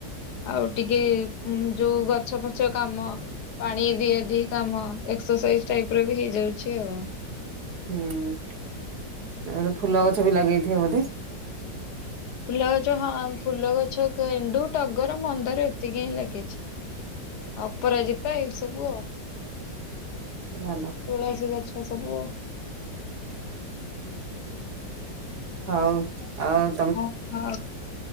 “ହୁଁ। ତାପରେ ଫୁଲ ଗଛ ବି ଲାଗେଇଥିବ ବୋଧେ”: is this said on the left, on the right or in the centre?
Right